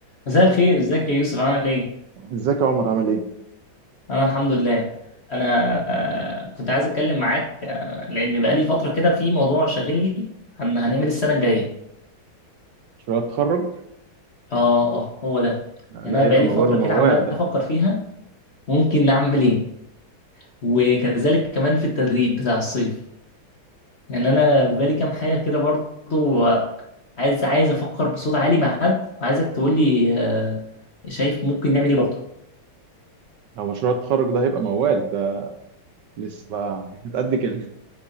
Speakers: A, on the left (about 45°); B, on the right (about 70°).
A: مساء الخير ازيك يا يوسف عامل ايه؟
B: ازيك يا عمر عامل ايه؟
A: انا الحمد لله انا آه، كنت عايز اتكلم معاك آه، لان بقالي فتره كده في موضوع شاغلني هن- هنعمل السنه الجايه
B: مشروع التخرج
A: اه آه، هو ده يعني
B: ده هيبقى
A: انا بقالي
B: موال
A: فتره
B: وموال
A: كده عمال
B: ده
A: افكر فيها ممكن نعمل ايه وكذلك كمان في التدريب بتاع الصيف يعني انا في بالي كام حاجه كده برضو آه، عايز عايز افكر بصوت عالي مع حد وعايزك تقول لي شايف ممكن نعمل ايه برضو
B: لو مشروع التخرج ده هيبقى موال ده لسه بقى قد كده